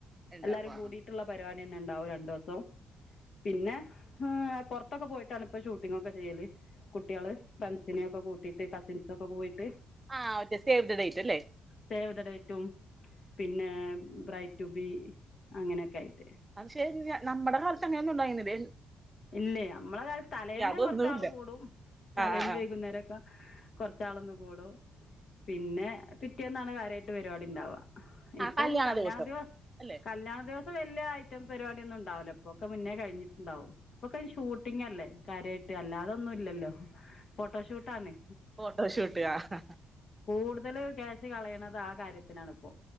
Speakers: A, on the right; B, on the left.
A: ഉണ്ടാവും
B: എല്ലാരും
A: ആ
B: കൂടിയ്ട്ട്ള്ള പരിവാടിന്നെ ഇണ്ടാവും രണ്ടാേസം പിന്നെ ഹ് പൊർത്തൊക്കെ പോയിട്ടാണ്ലാെ ഇപ്പൊ ഷൂട്ടിങ്ങൊക്കെ ചെയ്യല് കുട്ടിയേള് ഫ്രണ്ട്സിനെയൊക്കെ കൂട്ടീട്ട് കസിൻസൊക്കെ കോയിട്ട്
A: ആഹ് ഒറ്റെ സേവ് ദ ഡേറ്റെല്ലേ
B: സേവ് ദ ഡേറ്റും പിന്നെ ബ്രൈറ്റുബി അങ്ങനെയൊക്കെ ആയിട്ട്
A: അത് ശരിയന്നെ നമ്മടെ കാലത്ത് അങ്ങനൊന്നും ഉണ്ടായിന്നത്
B: ഇല്ലൈ അമ്മള കാലത്ത് തലേന്ന്
A: അതൊന്നുമില്ല
B: കാെറച്ചാള് കൂടും തലേന്ന്
A: ആ ആ ആ
B: വൈകുന്നേരം ക്ക കൊറച്ചാളൊന്ന് കൂടും പിന്നെ പിറ്റേന്നാണ് കാര്യായിട്ട് പരിവാടി ഇണ്ടാവാ
A: ആ
B: ഇപ്പം കല്യാണ
A: ദിവസം
B: ദിവസ്
A: അല്ലെ
B: കല്യാണ ദിവസ് സ് വല്യാ ഐറ്റം പരിപടിയൊന്നും ഇണ്ടാവൂല ഇപ്പാെ ഒക്കെ മുന്നേ കഴിഞ്ഞ്ട്ട്ണ്ടാവും ഇപ്പൊക്കൈന് ഷൂട്ടിങ്ങല്ലേ കാര്യയിട്ട് അല്ലാതാെന്നും ഇല്ലല്ലോ ഫോട്ടോഷൂട്ടാന്നേ
A: ഫോട്ടോഷൂട്ട് ആഹ് ഹ ഹ
B: കൂടുതൽല് ക്യാഷ് കളയണത് ആഹ് കാര്യത്തിനാണ് ഇപ്പോ